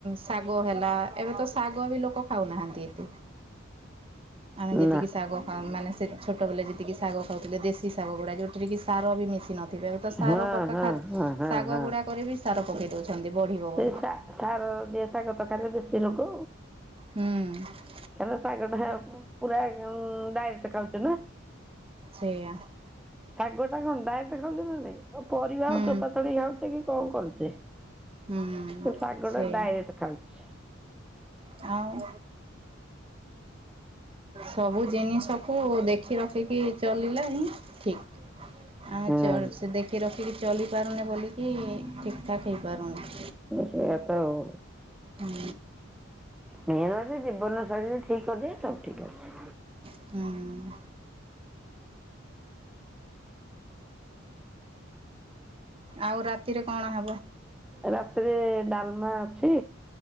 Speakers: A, on the right; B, in the centre.
A: ଶାଗ ହେଲା ଏବେ ତ ଶାଗ ବି ଲୋକ ଖାଉନାହାନ୍ତି ଏତେ ଆମେ ଯେତ
B: ନା
A: ଶାଗ ଖାଉ ମାନେ ସେ ଛୋଟବେଲେ ଯେତିକି ଶାଗ ଖାଉଥିଲେ ଦେଶୀ ଶାଗ ଗୁଡ଼ା ଯେଉଁଥିରେ କି ସାର ବି ମିଶି ନଥିବେ। ତ ସାର
B: ହଁ
A: ପକା
B: ହଁ
A: ଖା
B: ହଁ ହଁ
A: ଶାଗ
B: ହଁ
A: ଗୁଡା କରି ବି ସାର ପକେଇ ଦଉଛନ୍ତି ବଢିବ
B: ସେ
A: ବୋଲି
B: ସାର ଦିଆ ଶାଗତ ଖାଇଲେ ବେଶୀ ରୋଗ।
A: ହୁଁ।
B: କ ଶାଗଟା ପୁରା ଉଁ ଡାଇରେକ୍ଟ ଖାଉଥିଲୁ।
A: ସେଇଆ
B: ଶାଗଟା କଣ ଡାକ୍ଟ ଖାଉଛେ ନା ନାଇଁ ପରିବା
A: ହୁଁ
B: ଆଉ ଚୋପା ଚଢେଇ ଖାଉଛେ କି କଣ କରୁଛେ?
A: ହୁଁ
B: ସେ ଶାଗଟା
A: ସେଇଆ
B: ଡାଇରେକ୍ଟ ଖାଉଛି।
A: ଆଉ ସବୁ ଜିନିଷକୁ ଦେଖି ରଖିକି ଚଲିଲେ ହିଁ ଠିକ। ଆମେ
B: ହଁ
A: ସେ ଦେଖି ରଖିକି ଚଲି ପାରୁନେ ବୋଲିକି ଠିକ ଠାକ୍ ହେଇପାରୁନି।
B: ସେୟାତ ଆଉ
A: ହୁଁ
B: ନିର ଜୀବନ ଶୈଳୀରେ ଠିକ ଅଛି ସବୁ ଠିକ ଅଛି।
A: ହୁଁ। ଆଉ ରାତିରେ କଣ ହେ
B: ରାତିରେ ଡାଲମା ଅଛି